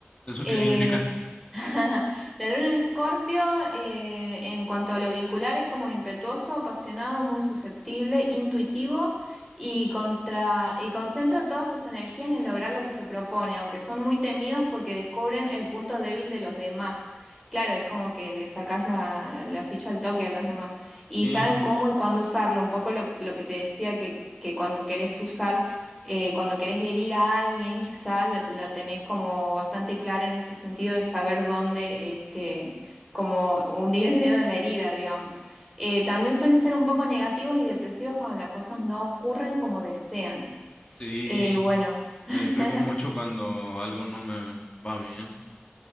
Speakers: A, on the left (about 25°); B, in the centre.
A: ¿Eso
B: Eh,
A: qué significa?
B: <laughs> la luna en Escorpio, eh, en cuanto a lo vincular, es como impetuoso, apasionado, muy susceptible, intuitivo y, contra, y concentra todas sus energías en lograr lo que se propone, aunque son muy temidos porque descubren el punto débil de los demás. Claro, es como que le sacás la, la ficha al toque a los demás y
A: Sí,
B: saben cómo y cuándo usarlo, un poco lo, lo que te decía que, que cuando querés usar eh, cuando querés herir a alguien, quizá la, la tenés como bastante clara en ese sentido de saber dónde, este, como hundir el dedo en la herida, digamos. Eh, también suelen ser un poco negativos y depresivos cuando las cosas no ocurren como desean.
A: sí,
B: Eh, bueno.
A: me
B: <laughs>
A: deprimo mucho cuando algo no me va bien,